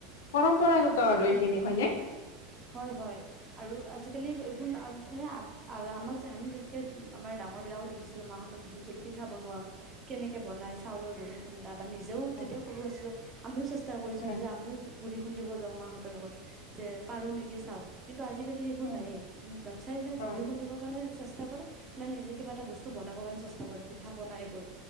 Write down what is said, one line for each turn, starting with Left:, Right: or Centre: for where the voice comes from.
Left: পৰম্পৰাগত আৰু এইখিনি হয় নে?
Right: হয়-হয়। আৰু আজিকালি এইবোৰ মানে আ আমাক যে, আমি যেনেকে আমাৰ ডাঙৰ বিলাকও দেখিছিলোঁ, মাহঁতক দেখিছিলো। ছিলো পিঠা বনোৱা। কেনেকে বনাই? চাউলৰ গুড়ি খুন্দা বা নিজেও
Left: হয়
Right: যেতিয়া সৰু আছিলো। আমিও চেষ্টা- চেষ্টা কৰিছিলো
Left: হয়
Right: যে, আমিও গুড়ি খুন্দিব যাওঁ, মাহঁতৰ লগত। যে পাৰো নেকি চাওঁ? কিন্তু আজিকালি সেইবোৰ
Left: হয়
Right: নাইয়ে। বাচ্ছা এটা
Left: হয়
Right: গুড়ি খুন্দিবৰ কাৰণে চেষ্টা চেষ্টা কৰে না নিজে কিবা এটা বস্তু বনাব কাৰণে চেষ্টা কৰে, পিঠা-পনা এইবোৰ।